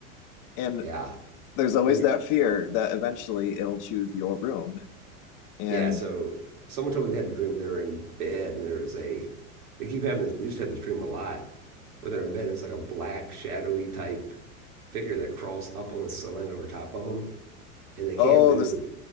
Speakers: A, on the left (about 45°); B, on the right (about 80°).
A: and
B: Yeah.
A: there's always
B: Were you,
A: that fear that eventually it'll choose your room. And
B: yeah. So someone told me they had a dream where they were in bed and there was a, they keep having this, they used to have this dream a lot where they're in bed and it's like a black shadowy type figure that crawls up on the ceiling over top of them and they can't
A: oh,
B: move.
A: the